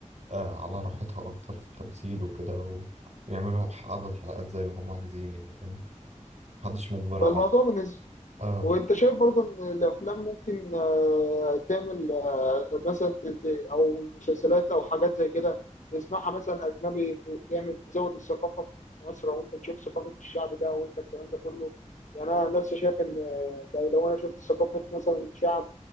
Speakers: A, on the right; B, on the left.
A: آه على راحتها أكتر في التمثيل وكده و- ويعملوا عدد حلقات زي ما هم عايزين يعني فاهم محدش مجبر
B: فالموضوع
A: على
B: بالنسبه
A: اه
B: وانت شايف برضه ان الافلام ممكن آه، تعمل آه، مثلا ت- ت- او مسلسلات او حاجات زي كده تسمعها مثلا اجنبي ت- تعمل تزود الثقافه في مصر او انت تشوف ثقافه الشعب ده وانت الكلام ده كله يعني انا نفسي شايف ان آه، لو لو انا شفت ثقافه مثلا شعب